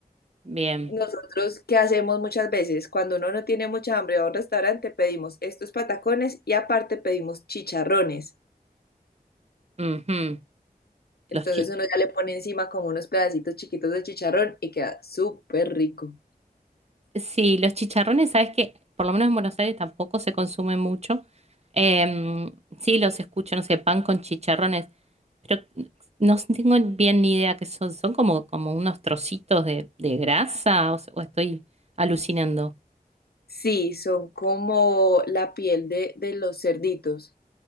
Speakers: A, on the right; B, on the left.
A: Bien.
B: Nosotros, ¿qué hacemos muchas veces? Cuando uno no tiene mucha hambre va a un restaurante, pedimos estos patacones y aparte pedimos chicharrones.
A: Ujú.
B: Entonces
A: Los, chi-
B: uno ya le pone encima como unos pedacitos chiquitos de chicharrón y queda súper rico.
A: Sí, los chicharrones, sabes que por lo menos en Buenos Aires tampoco se consumen mucho. Em, sí, los escucho, no sé, pan con chicharrones, pero no tengo bien ni idea qué son. Son como, como unos trocitos de, de grasa o, se- o estoy alucinando.
B: Sí, son como la piel de, de los cerditos.